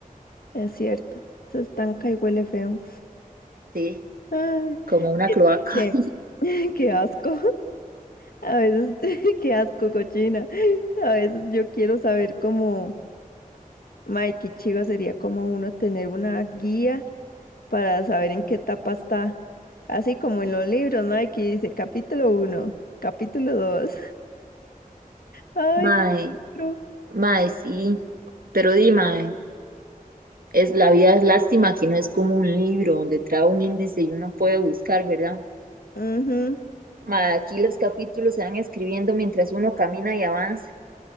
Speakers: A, on the left; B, on the right.
A: Es cierto, se estanca y huele feo.
B: sí,
A: Ay,
B: como una
A: vieras
B: cloaca,
A: que- <laughs> qué asco. A veces, <laughs> qué asco, cochina. A veces yo quiero saber cómo, Mike, qué chiva sería como uno tener una guía para saber en qué etapa está. Así como en los libros, Mike, que dice capítulo uno capítulo dos Ay,
B: madre,
A: qué pro.
B: madre sí, pero di, ma, eh, es, la vida es lástima que no es como un libro donde trae un índice y uno puede buscar, ¿verdad?
A: Ujú,
B: Ma, aquí los capítulos se van escribiendo mientras uno camina y avanza.